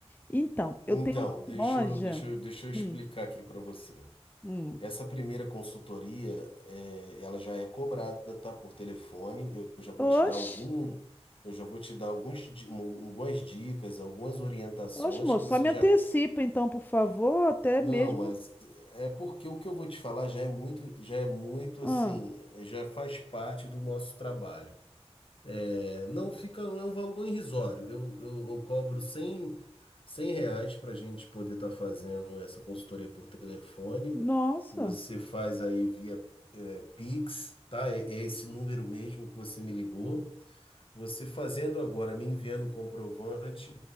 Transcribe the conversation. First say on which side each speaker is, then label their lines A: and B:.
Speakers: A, on the left; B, on the left.
A: Então, eu
B: Então,
A: tenho uma
B: deixa
A: loja.
B: eu, deixa eu, deixa eu explicar
A: Hum,
B: aqui para você.
A: hum.
B: Essa primeira consultoria, eh, ela já é cobrada, tá? Por telefone. Eu eu já vou
A: Oxe,
B: te dar algum, eu já vou te dar alguns, di- um- algumas dicas, algumas orientações
A: oxe, moço,
B: que você
A: só me
B: já.
A: antecipa então, por favor, até
B: Não,
A: mesmo.
B: mas é porque o que eu vou te falar já é muito, já é muito
A: Ah,
B: assim, já faz parte do nosso trabalho. É, não fica, é um valor irrisório. Eu, eu, eu cobro 100, 100 reais para a gente poder estar fazendo essa consultoria por telefone.
A: nossa,
B: Você faz aí via eh, Pix, tá? É, é esse número mesmo que você me ligou. Você fazendo agora, me enviando o comprovante,